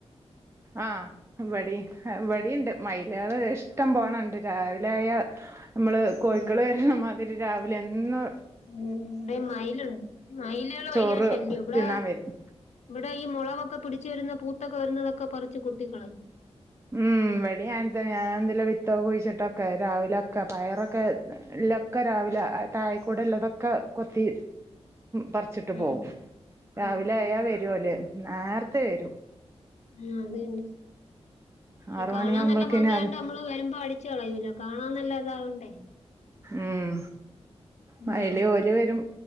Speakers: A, on the right (about 25°); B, on the left (about 85°).
A: ആാ ഇവടേം ഇവടേണ്ട് മൈല്കള് ഇഷ്ടം പോണേണ്ട് രാവിലെ ആയാ നമ്മള് കോയിക്കള്
B: ഉം
A: വെരണ മാതി ഇവര് രാവിലെ എന്ന്
B: ഉം ഇവടെയും മൈലെണ്ട് മൈല്കള് ഭയങ്കര
A: ചോറ്
B: ശല്യാ ഇവടെ
A: തിന്നാൻ വരും
B: ഇവടെ ഈ മൊളവൊക്കെ പിടിച്ച് വരുന്ന പൂത്തൊക്കെ വെരുന്നതൊക്കെ പറിച്ച് കൊത്തിക്കളായും
A: ഉം ഇവടെ അങ്ങാതന്ന്യായാ എന്തോലെ വിത്തെ കുഴിച്ചിട്ടൊക്കെ രാവിലൊക്കെ പയറൊക്കെ ഇല്ലൊക്കെ രാവിലെ താഴെക്കൂടെള്ളുതൊക്കെ കൊത്തി പറിച്ചിട്ട്
B: ഉം
A: പോവും രാവിലെ
B: ഉം
A: ആയാ വെരുല്ല് നേർത്തെ വെരും
B: ആാ അത് തന്നെ
A: ആറ്
B: കാണാൻ
A: മണിയാവുമ്പൾക്കിന്
B: നല്ലാ ഭംഗിയാണ്ട് നമ്മള് വെരുമ്പാം അടിച്ച് കളയൂല്ലാ കാണാൻ നല്ലാ താ വേണ്ടേ
A: ഉം
B: ഉം
A: വയലെ ഓര് വെരും